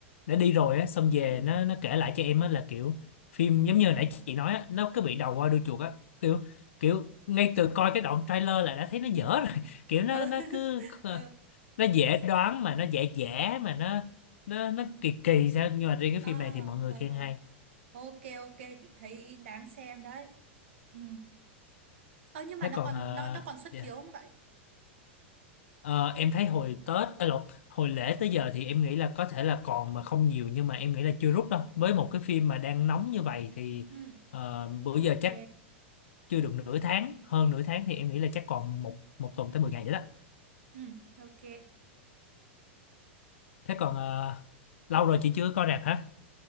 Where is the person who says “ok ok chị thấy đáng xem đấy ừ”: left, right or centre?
Right